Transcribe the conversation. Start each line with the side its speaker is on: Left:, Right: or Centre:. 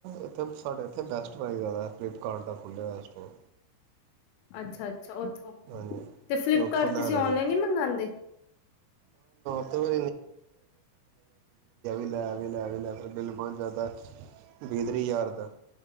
Right: ਇਥੇ ਸਾਡੇ ਇੱਥੇ ਬੈਸਟ ਪ੍ਰਾਈਜ਼ ਆਇਆ ਫਲਿੱਪਕਾਰਟ ਦਾ ਖੁੱਲ੍ਹੇ ਹੋ ਸਟੋਰ
Left: ਅੱਛਾ ਅੱਛਾ ਅੱਛਾ ਉੱਥੋਂ
Right: ਹਾਂਜੀ
Left: ਤੇ ਫਲਿੱਪਕਾਰਟ
Right: ਉੱਥੋਂ ਲੈ
Left: ਤੁਸੀਂ
Right: ਲੈਂਦੇ
Left: ਔਨਲਾਈਨ ਹੀ ਮੰਗਵਾਉਂਦੇ
Right: ਉਥੇ <unintelligible> ਆਵੇ ਲੈ ਲੈ ਵੀ ਲੈ ਹਰ ਬਿਲਮਾਨ ਜ਼ਿਆਦਾ ਬੇਦਰੀ ਯਾਰਦ